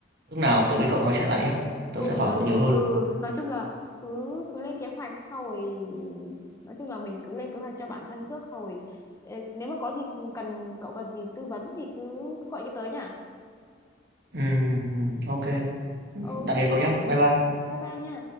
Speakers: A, on the right (about 60°); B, on the left (about 15°).
A: lúc nào tớ với cậu nói chuyện lại nhá.
B: ừ
A: Tớ sẽ hỏi
B: nói
A: cậu nhiều hơn.
B: ừ nói chung là cứ cứ lên kế hoạch sau rồi nói chung là mình cứ lên kế hoạch cho bản thân trước sau rồi ê, nếu mà có gì cần cậu cần gì tư vấn thì cứ cứ gọi cái tới nha
A: Ừm, ok.
B: ok
A: Tạm biệt cậu nhá. Bye bye.
B: bye bye nha